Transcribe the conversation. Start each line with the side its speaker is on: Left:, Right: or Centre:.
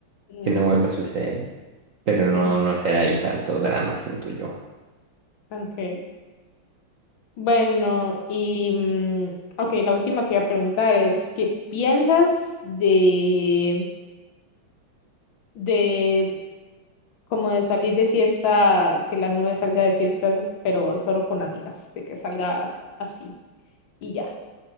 Left: mm,
Right: que no vuelva a suceder, pero no,
Left: ok,
Right: no será ahí tanto drama, siento yo.
Left: ok. Bueno, y mm, ok, la última que voy a preguntar es, ¿qué piensas de, de como de salir de fiesta, que la novia salga de fiesta, pero solo con amigas, de que salga así y ya?